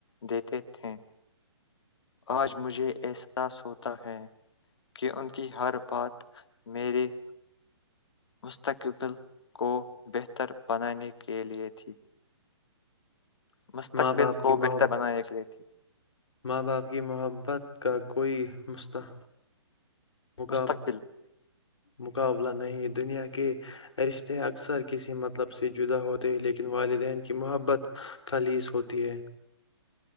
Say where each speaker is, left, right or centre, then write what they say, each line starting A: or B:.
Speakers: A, on the left; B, on the left.
A: دیتے تھے آج مجھے احساس ہوتا ہے کہ ان کی ہر بات میرے مستقبل کو بہتر بنانے کے لیئے تھی مستقبل
B: ماں باپ
A: کو
B: کی
A: بہتر
B: محب
A: بنائے گئے تے
B: ماں باپ کی محبت کا کوئی مستطح ق
A: مستقبل
B: مقابلہ نہیں دنیا کے کہ رشتے اکثر کسی مطلب سے جدا ہوتے ہیں لیکن والدین کی محبت خالص ہوتی ہے